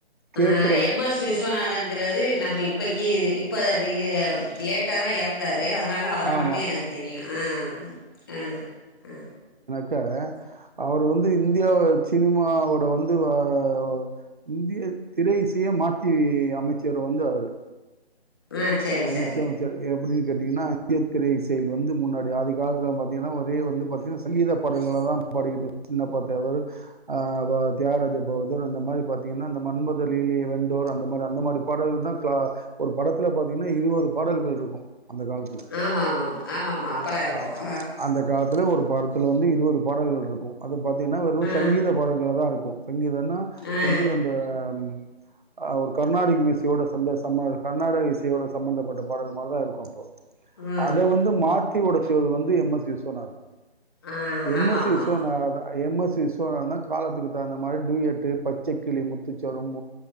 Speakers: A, on the right (about 50°); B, on the left (about 20°).
A: கேக்குற
B: ஆ எம் எஸ் விஸ்வநாதங்கறது நம்ம இப்பக்கி இப்ப இ அ லேட் ட்டா தா எறந்தாரு அதனால அவர
A: ஆமா
B: மட்டும் எனக்கு தெரியும் ஆ ஆ ஆ
A: ச்சாக அவரு வந்து இந்தியா சினிமாவோட வந்து அ ஒ இந்திய திரை இசைய மாத்தி அமைச்சர் வந்து அவரு
B: ஆ சரி
A: அமைச்சாது
B: சரி
A: எப்படின் கேட்டீங்கன்னா ஐத்தியதிரை செயல் வந்து முன்னாடி ஆதி காலத்தல பாத்தீங்கன்னா ஒரே வந்து பாத்தீன்னா சங்கீத படங்களள தான் படிக்கிட்டு சின்னப்பா தேவர் அ தியாகராஜ பகதூர் அந்த மாரி பாத்தீங்கன்னா அந்த மன்மத லீலை வென்றோர் அந்த பட அந்த மாரி பாடல் தா க்ளா ஒரு படத்துல பாத்தீங்கன்னா இருபது பாடல்கள் இருக்கும் அந்த காலத்
B: ஆமாம் ஆமாம் ஆமாம் ஆமாம் ஆமாம் அப்போல்லாம் இருக்கும்
A: ஆ அந்த காலத்துல ஒரு பாடல் இதுல வந்து இருபது பாடல்கள் இருக்கும் அது பாத்திங்கன்னா வெறும்
B: ஆ
A: சங்கீத பாடல்களா தா இருக்கும் சங்கீதம்னா
B: ஆ
A: வந்து அந்த ம் அ ஒரு கர்நாடிக மியூசிக் ஓட சந்த ச கர்நாடக இசை தியோட சம்பந்தப்பட்ட பாடல் மாரி தான் இருக்கும் அப்போ
B: ம்
A: அத வந்து மாத்தி தி ஒடச்சது வந்து எம் எஸ் விஸ்வநாதன்
B: ஆ
A: எம்
B: ஆமாம்
A: எஸ்
B: ஆமாம்
A: சி Viswanathan
B: ஆமாம்
A: M S Viswanathan தான் காலத்துக்கு தகுந்த மாரி டுயட்டு பச்சைக்கிளி முத்துச்சரம்